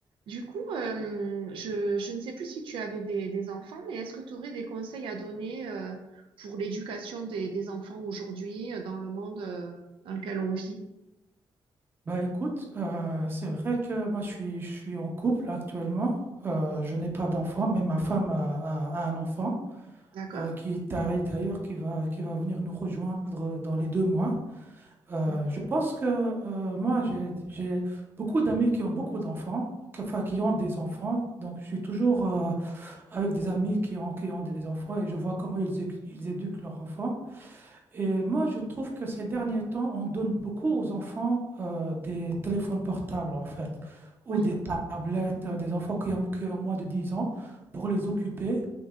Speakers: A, on the right; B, on the right.
A: Du coup, euh, je, je ne sais plus si tu avais des, des enfants, mais est-ce que tu aurais des conseils à donner euh, pour l'éducation des, des enfants aujourd'hui euh, dans le monde euh, dans lequel on vit?
B: Bah écoute, euh, c'est vrai que moi je suis, je suis en couple actuellement. Euh, je n'ai pas d'enfant, mais ma femme a, a- a un enfant
A: D'accord?
B: euh, qui t'arrive d'ailleurs, qui va, qui va venir nous rejoindre dans les deux mois. Euh,
A: Mm.
B: je pense que euh, moi j'ai, j'ai beaucoup d'amis qui ont beaucoup d'enfants, que- enfin qui
A: Mm.
B: ont des enfants. Donc je suis toujours euh, avec des amis qui ont, qui ont des enfants et je vois comment ils, éc- ils éduquent leurs enfants. Et moi, je trouve que ces derniers temps, on donne beaucoup aux enfants euh, des téléphones portables, en fait, ou
A: Oui,
B: des tablettes, euh, des enfants qui ont, qui ont moins de 10 ans, pour les occuper.